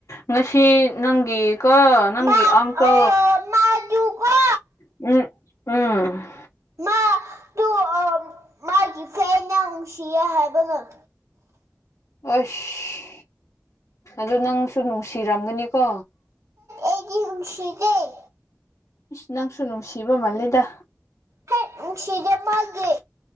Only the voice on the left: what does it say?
ꯉꯁꯤ ꯅꯪꯒꯤ ꯀ ꯅꯪꯒꯤꯤ
ꯑꯪ
ꯀ
ꯎꯝ ꯎꯝ
ꯑꯁ ꯑꯗꯨ ꯅꯪꯁꯨ ꯅꯨꯡꯁꯤꯔꯝꯒꯅꯤꯀꯣ
ꯅꯪꯁꯨ ꯅꯨꯡꯁꯤꯕ ꯃꯥꯜꯂꯦꯗ